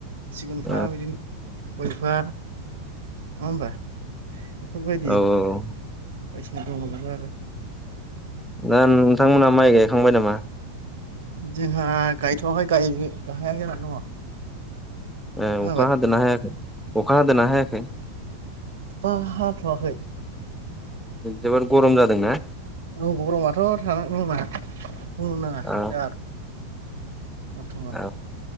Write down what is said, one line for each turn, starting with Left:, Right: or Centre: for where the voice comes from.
Right: सिगुनफा
Centre: ओ
Right: बिदिनो गयबिफां। नङा होमबा बेफोरबायदि
Centre: औ
Right: बायदिसिना
Centre: औ
Right: दंबावो आरो
Centre: दा नोंथांमोना माइ गायखांबाय नामा?
Right: जोंहा गायथ'वाखै गाहायहां जानानै दङ।
Centre: ए
Right: खोनाबाय
Centre: अखा ह दो नाहायााखै अखा हदो नाहायाखै?
Right: आंखा हाथ'वाखै।
Centre: जोबोद गरम जादोंना?
Right: न गौरमाथ' थानानैनाङा बुंनो नाङा
Centre: औ
Right: बरथमान
Centre: औ